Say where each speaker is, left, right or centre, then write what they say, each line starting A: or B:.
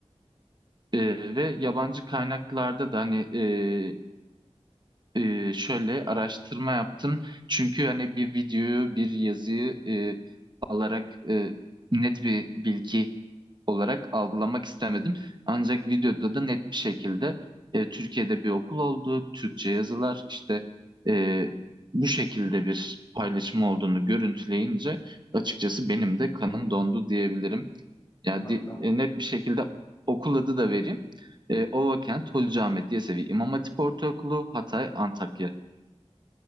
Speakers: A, on the right; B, on the left.
A: E, ve yabancı kaynaklarda da hani e, e, şöyle araştırma yaptım. Çünkü hani bir videoyu, bir yazıyı alarak e, net bir bilgi olarak algılamak istemedim. Ancak videoda da net bir şekilde e, Türkiye'de bir okul olduğu, Türkçe yazılar işte e, bu şekilde bir paylaşım olduğunu görüntüleyince açıkçası benim de kanım dondu diyebilirim. Yani
B: De bak
A: di-
B: ben
A: e, net bir şekilde okul adı da vereyim. E, Ovakent Hocaahmet Yesevi İmam Hatip Ortaokulu Hatay Antakya.